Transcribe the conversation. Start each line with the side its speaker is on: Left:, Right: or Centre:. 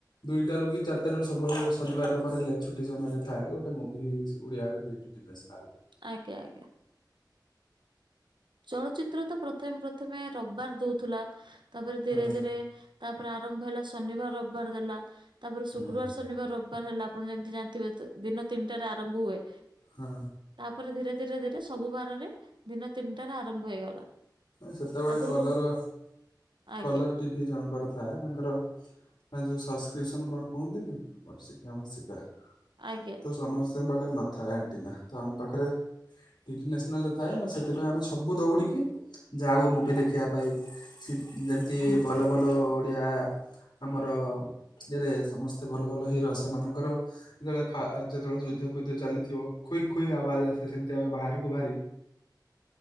Left: ଦୁଇଟାରୁ କି ଚାରିଟାରୁ ସବୁବେଳେ ଶନିବାର ରବିବାର ହେଲେ ଛୁଟି ସମୟରେ ଥାଏ ଗୋଟେ ମୁଭି ଓଡିଆରେ ଡିଡି। D national.
Right: ଆଜ୍ଞା ଆଜ୍ଞା। ଚଳଚିତ୍ର ତ ପ୍ରଥମେ ପ୍ରଥମେ ରବିବାର ଦଉଥିଲା। ତାପରେ ଧୀରେ
Left: ହଁ
Right: ଧୀରେ ତାପରେ ଆରମ୍ଭ ହେଲା ଶନିବାର ରବିବାର ଦେଲା। ତାପରେ ଶୁକ୍ରବାର
Left: ହୁଁ।
Right: ଶନିବାର ରବିବାର ହେଲା ଆପଣ ଯେମିତି ଜାଣିଥିବେ ଦିନ ତିନିଟାରେ ଆରମ୍ଭ ହୁଏ।
Left: ହଁ।
Right: ତାପରେ ଧୀରେ ଧୀରେ ଧୀରେ ସବୁ ବାରରେ ଦିନ ତିନିଟାରେ ଆରମ୍ଭ ହେଇଗଲା।
Left: ସେତେବେଳେ
Right: ଆଗରୁ
Left: କଲର
Right: କ ଆଜ୍ଞା
Left: କଲର ଟିଭି ଜଣଙ୍କର ଥାଏ ତାଙ୍କର ହଁ ଯୋଉ ସସ୍କ୍ରିସନ କଣ କୁହନ୍ତିନି ବର୍ଷିକିଆ ମାସିକିଆ।
Right: ଆଜ୍ଞା।
Left: ତ ସମସ୍ତଙ୍କ ପାଖରେ ନଥାଏ ଆଣ୍ଟିନା ତ ଆମ ପାଖରେ ଡି ଡି ନ୍ୟାସନାଲ ରେ ଥାଏ ବା ସେଥିପାଇଁ ଆମେ ସବୁ ଦୌଡିକି ଯାଉ ମୁଭି ଦେଖିବା ପାଇଁ ସିଦି ଯେମିତି ଭଲ ଭଲ ଓଡ଼ିଆ ଆମର ଧିରେ ସମସ୍ତେ ଭଲ ଭଲ ହିରୋ ସେମାନଙ୍କର ଯେତେବେଳେ ଫା ଯେତେବେଳେ ଯୁଦ୍ଧ ଫୁଦ୍ଧ ଚାଲିଥିବ ଖୁଇ ଖୁଇ ଆବାଜ ଆସେ ସେମିତି ଆମେ ବାହାରକୁ ବାହାରି